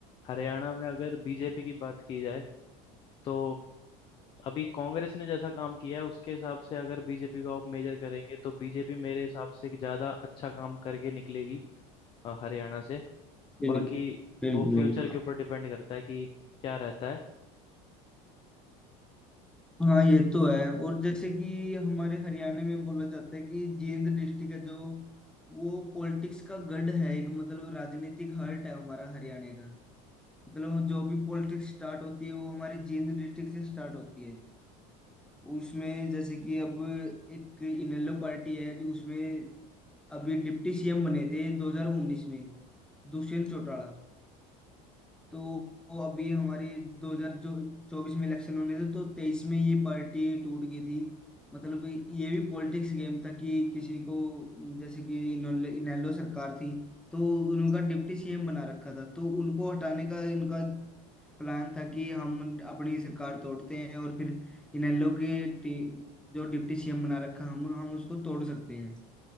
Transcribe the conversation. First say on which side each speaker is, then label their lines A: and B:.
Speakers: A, on the left; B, in the centre.
A: हरियाणा में अगर बीजेपी की बात की जाए तो अभी कांग्रेस ने जैसा काम किया है उसके हिसाब से अगर बीजेपी का आप मेजर करेंगे तो बीजेपी मेरे हिसाब से कि ज्यादा अच्छा काम करके निकलेगी अ, हरियाणा से
B: बिल्कुल
A: बाकी
B: बिल्कुल
A: वो फ्यूचर के ऊपर डिपेंड करता है कि क्या रहता है
B: हाँ ये तो है और जैसे कि हमारे हरियाणा में बोला जाता है कि जींद डिस्ट्रिक्ट है जो वो पॉलिटिक्स का गढ़ है एक मतलब राजनीतिक हर्ट है हमारा हरियाणा का मतलब जो भी पॉलिटिक्स स्टार्ट होती है वो हमारे जींद डिस्ट्रिक्ट से स्टार्ट होती है उसमें जैसे कि अब एक इनेलो पार्टी है जो उसमें अभी डिप्टी सीएम बने थे 2019 में दुष्यंत चौटाला तो वो अभी हमारी 2024 में इलेक्शन होने थे तो तेईस में ये पार्टी टूट गई थी मतलब ये भी पॉलिटिक्स गेम था कि किसी को जैसे कि इन्होंने- इनेलो सरकार थी तो उनका डिप्टी सीएम बना रखा था तो उनको हटाने का इनका प्लान था कि हम उन- अपनी सरकार तोड़ते हैं और फिर इनेलो के टी- जो डिप्टी सीएम बना रखा हम हम उसको तोड़ सकते हैं